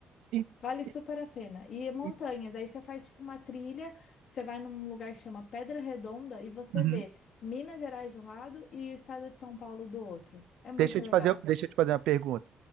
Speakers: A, on the right (about 85°); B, on the left (about 60°).
A: E-
B: Vale super
A: e-
B: a pena. E montanhas,
A: e-
B: aí você faz tipo uma trilha, você vai num lugar que chama Pedra Redonda e você
A: uhum.
B: vê Minas Gerais de um lado e o estado de São Paulo do outro. É muito
A: Deixa eu
B: legal.
A: te fazer, deixa eu te fazer uma pergunta.